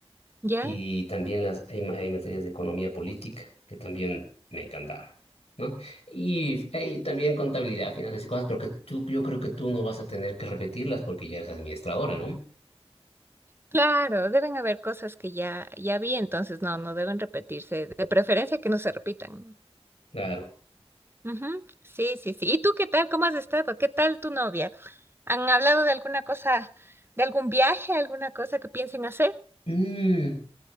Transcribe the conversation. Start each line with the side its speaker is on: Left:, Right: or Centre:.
Right: ¿Ya?
Left: y también las, hay, ma- hay materias de economía política que también me encantaban, ¿no? Y hay también contabilidad, finanzas y cosas, pero que tú, yo creo que tú no vas a tener que repetirlas porque ya eres administradora, ¿no?
Right: Claro, deben haber cosas que ya, ya vi, entonces no, no deben repetirse. De preferencia que no se repitan.
Left: Claro.
Right: Ujú, Sí, sí, sí. ¿Y tú qué tal? ¿Cómo has estado? ¿Qué tal tu novia? ¿Han hablado de alguna cosa, de algún viaje, alguna cosa que piensen hacer?
Left: Mm,